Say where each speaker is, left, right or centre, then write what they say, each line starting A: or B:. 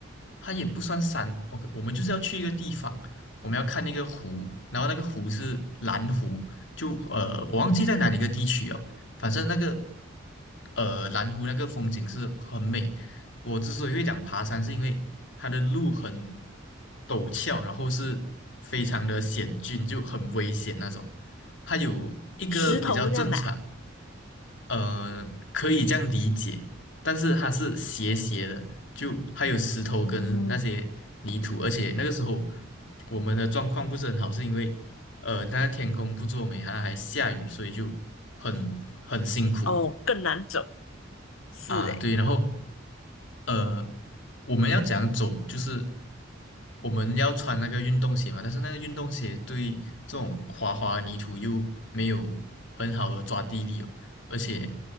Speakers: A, on the left; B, on the left.
A: 它也不算山。OK，我们就是要去一个地方，我们要看那个湖，然后那个湖是蓝湖，就呃，我忘记在哪里一个地区哦，反正那个呃蓝湖那个风景是很美。我之所以会讲爬山，是因为它的路很陡峭，然后是非常的险峻，就很危险那种。它有一个比较正常。
B: 石头这样的啊
A: 呃，可以这样理解，但是它是斜斜的，就还有石头跟那些泥土，
B: 嗯，
A: 而且那个时候我们的状况不是很好，是因为呃，它天空不作美，它还下雨，所以就很很辛苦
B: 哦，更难走。是诶，
A: 啊。对，然后呃，我们要怎样走？就是我们要穿那个运动鞋嘛，但是那个运动鞋对这种滑滑泥土又没有很好的抓地力哦，而且